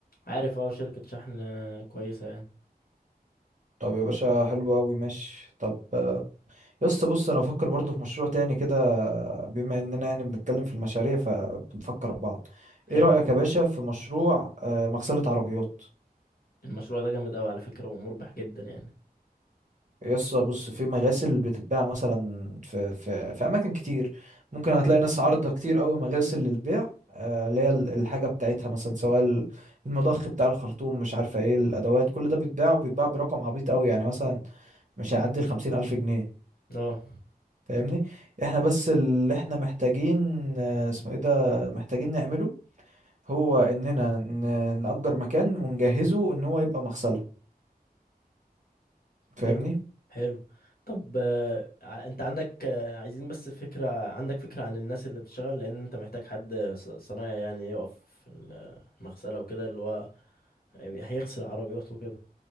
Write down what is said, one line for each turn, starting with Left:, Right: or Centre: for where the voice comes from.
Left: عارف اه شركه شحن كويسه يعني
Right: طب يا باشا حلو أوي ماشي طب آه، يا اسطى بص أنا بفكر برضه في مشروع تاني كده بما إننا يعني بنتكلم في المشاريع فبنفكر ببعض
Left: حلو
Right: ايه رأيك يا باشا في مشروع آه، مغسلة عربيات
Left: المشروع ده جامد قوي على فكره ومربح جدا يعني
Right: يس بص في مغاسل بتتباع مثلا في في في اماكن كتير ممكن هتلاقي ناس عارضه كتير قوي مغاسل للبيع آه، اللي هي ال- الحاجه بتاعتها مثلا سواء ال- المضخ بتاع الخرطوم مش عارفه ايه الادوات كل ده بيتباع وبيتباع برقم عبيط قوي يعني مثلا مش هيعدي الخمسين الف جنيه
Left: اه
Right: فاهمني احنا بس اللي احنا محتاجين آه، اسمه ايه ده محتاجين نعمله هو اننا ن- نأجر مكان ونجهزه ان هو يبقى مغسله
Left: حلو
Right: فاهمني
Left: حلو طب آه، ع- انت عندك آه، عايزين بس فكرة عندك فكرة عن الناس اللي بتشتغل لان انت محتاج حد ص- صنايعي يعني يقف في المغسلة وكده اللي هو هيغسل عربيات وكده